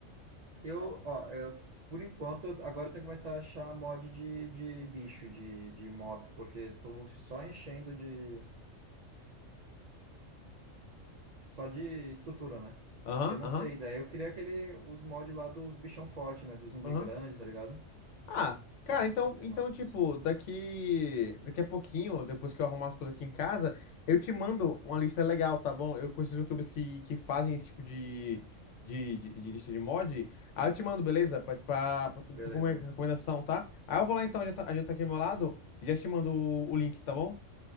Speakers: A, on the right (about 70°); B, on the left (about 75°).
A: eu, ó, eu, por enquanto, eu- agora eu tenho que começar a achar mod de, de bicho, de, de mob, porque tô só enchendo de Só de estrutura, né?
B: Aham,
A: E eu não
B: aham,
A: sei, daí eu queria aquele, os mods lá dos bichão forte, né? Do zumbi
B: aham.
A: grande, tá ligado?
B: Ah, cara,
A: Nossa,
B: então,
A: que
B: então,
A: massa.
B: tipo, daqui, daqui a pouquinho, depois que eu arrumar as coisas aqui em casa, eu te mando uma lista legal, tá bom? Eu conheço YouTubers que, que fazem esse tipo de, de, de, de lista de mod. Aí eu te mando, beleza? Pra, pra, pra,
A: Beleza.
B: ficar como recomendação, tá? Aí eu vou lá então, já tá, já tá aqui ao meu lado, e já te mando o, o link, tá bom?